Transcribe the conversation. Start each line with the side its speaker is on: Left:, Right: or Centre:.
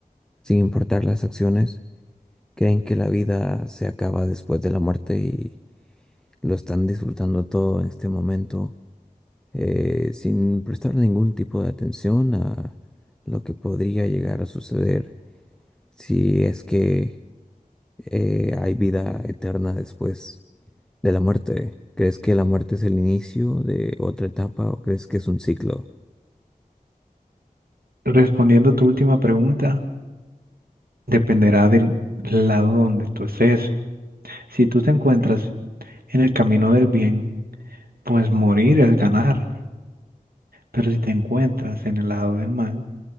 Centre: sin importar las acciones, creen que la vida se acaba después de la muerte y lo están disfrutando todo en este momento, eh, sin prestar ningún tipo de atención a lo que podría llegar a suceder si es que eh, hay vida eterna después? de la muerte. ¿Crees que la muerte es el inicio de otra etapa o crees que es un ciclo?
Right: Respondiendo a tu última pregunta, dependerá del lado donde tú estés. Si tú te encuentras en el camino del bien, pues morir es ganar. Pero si te encuentras en el lado del mal,